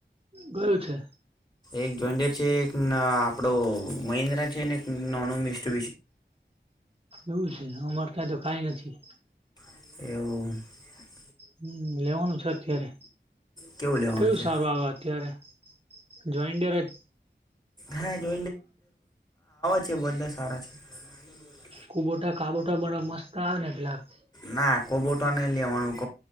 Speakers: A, on the right; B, on the left.
A: કયું છે?
B: એક જોિર છે, એક આપડો મિન્દ્રા છે, નોનુ મિસ્ટુ.
A: એવું છે, અમર ત તો કઈ નથી.
B: <inaudible>
A: હમ લેવાનું છે, અત્યારે
B: કેવું લેવાનું
A: કયું
B: છે.
A: સારું આવે અત્યારે. જઈન્ટન્ટરજ.
B: હ જો છે બધા સારા છે. <unintelligible>
A: કુબટા કાબોટા બડા <unintelligible>
B: ના કોબોટા નઈ લેવાનું.